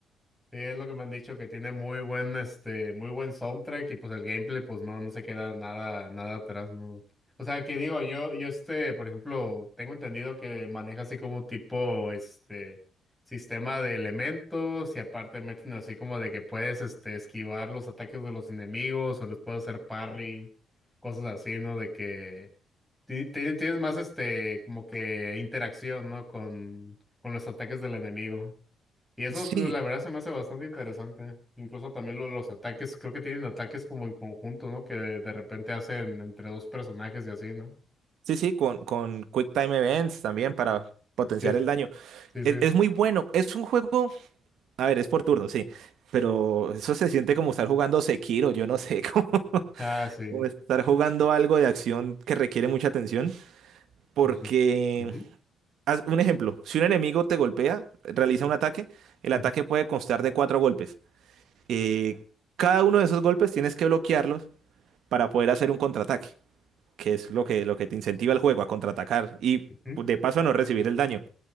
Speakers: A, in the centre; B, on the right (about 75°).
A: Sí, es lo que me han dicho, que tiene muy buen, este, muy buen soundtrack y pues el gameplay, pues no, no se queda nada, nada atrás, ¿no? O sea, que digo, yo, yo este, por ejemplo, tengo entendido que maneja así como tipo, este, sistema de elementos y aparte meten así como de que puedes, este, esquivar los ataques de los enemigos o les puedes hacer parry, cosas así, ¿no? De que ti- ti- tienes más, este, como que interacción, ¿no? Con, con los ataques del enemigo. Y eso,
B: Sí,
A: lo- la verdad, se me hace bastante interesante. Incluso también lo- los ataques, creo que tienen ataques como en conjunto, ¿no? Que de, de repente hacen entre dos personajes y así, ¿no?
B: sí, sí, con, con Quick Time Events también para potenciar
A: Sí,
B: el daño.
A: sí, sí.
B: Es, es muy bueno, es un juego, a ver, es por turno, sí, pero eso se siente como estar jugando Sekiro, yo no sé, <laughs> como,
A: Ah, sí.
B: como estar jugando algo de acción que requiere mucha atención, porque,
A: Sí. Ujú,
B: haz un ejemplo, si un enemigo te golpea, realiza un ataque, el
A: ujú,
B: ataque puede constar de cuatro golpes. Eh, cada uno de esos golpes tienes que bloquearlos para poder hacer un contraataque, que es lo que, lo que te incentiva el juego a contraatacar y
A: ujú,
B: pues, de paso a no recibir el daño.